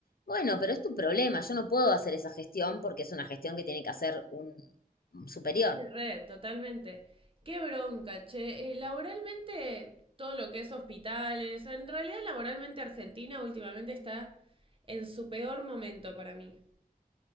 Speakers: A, on the left; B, on the right.
A: Bueno, pero es tu problema, yo no puedo hacer esa gestión porque es una gestión que tiene que hacer un un superior.
B: Sí, Re, totalmente. Qué bronca, che. Eh, laboralmente, todo lo que es hospitales, en realidad laboralmente Argentina últimamente está en su peor momento para mí.